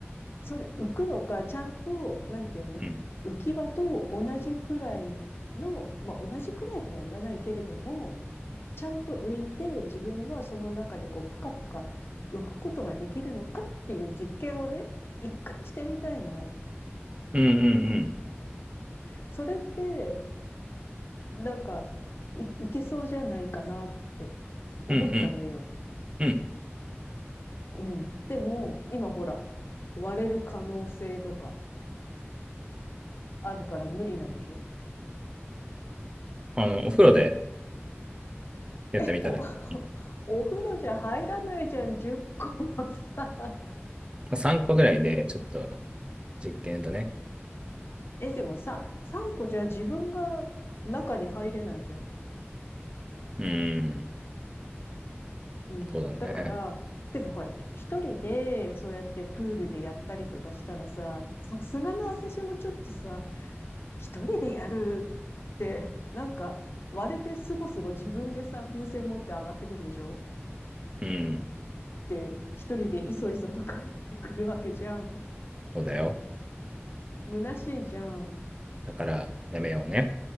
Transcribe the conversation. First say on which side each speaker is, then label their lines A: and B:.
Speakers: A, on the left (about 60°); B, on the right (about 25°).
A: それ、浮くのか、ちゃんと、なんていうの浮き輪と同じくらいの、
B: うん、
A: まあ、同じくらいとは言わないけれども、ちゃんと浮いて自分はその中でこう、ぷかぷか浮くことができるのかっていう実験をね、一回してみたいの。
B: うん、うん、
A: それって、なんか、い、いけそうじゃないかなって思ったのよ。
B: うん、うん、うん、うん。
A: うん。でも、今ほら、割れる可能性とかあるから無理なんでしょ
B: あの、お風呂でやってみたらいい。
A: え、お、<laughs>
B: うん
A: お風呂じゃ入らないじゃん、10個もさ。<laughs>
B: まあ3個ぐらいで、ちょっと実験だね。
A: え、でもさ、3個じゃ自分が中に入れないじゃん。
B: うん、
A: うん。
B: そうだね。
A: だから、でもほら、一人で、そうやってプールでやったりとかしたらさ、さすがの私もちょっとさ、一人でやるって、なんか、割れてすごすご自分でさ、風船持って上がってくんでしょっ
B: うん、
A: て一人でいそいそと帰ってくるわけじゃん。
B: そうだよ。
A: 虚しいじゃん。
B: だから、やめようね。